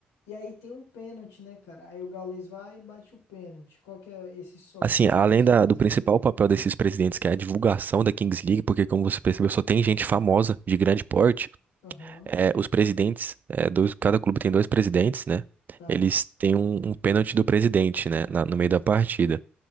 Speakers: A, on the left; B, on the right.
A: E aí tem um pênalti, né, cara? Aí o Gaules vai e bate o pênalti. Qual que é esses sócios?
B: Assim,
A: O que
B: além
A: que eles
B: da-
A: fazem?
B: do principal papel desses presidentes, que é a divulgação da Kings League, porque como você percebeu, só tem gente famosa, de grande porte,
A: Aham,
B: é, os presidentes, é, dois, cada clube tem dois presidentes, né?
A: tá.
B: Eles têm um, um pênalti do presidente, né? na- no meio da partida.